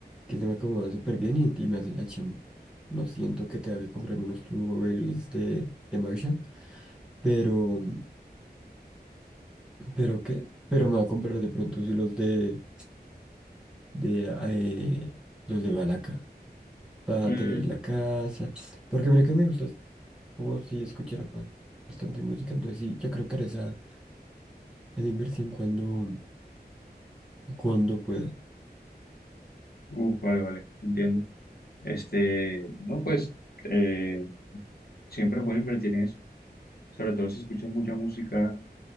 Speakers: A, in the centre; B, on the left (about 65°).
A: que se me acomodan súper bien y, y me hacen la chamba. No siento que tenga que comprarme unos Turbo Rails de, de Marshall, pero, pero qué, pero me va a comprar de pronto sí los de, de eh, los de Balaca para
B: Mm,
A: tener en la casa, porque mira que me gusta, es como si escuchara bastante música, entonces sí, yo creo que haré esa, esa inversión cuando, cuando pueda.
B: uf, vale, vale, entiendo. Este, no, pues eh, siempre es bueno invertir en eso. Sobre todo si escuchas mucha música,